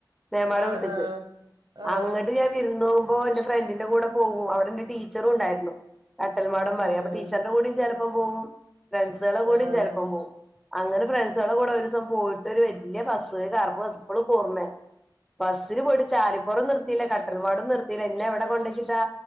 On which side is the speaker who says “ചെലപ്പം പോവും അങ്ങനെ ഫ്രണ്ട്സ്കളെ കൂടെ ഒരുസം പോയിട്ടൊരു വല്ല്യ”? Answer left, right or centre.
Centre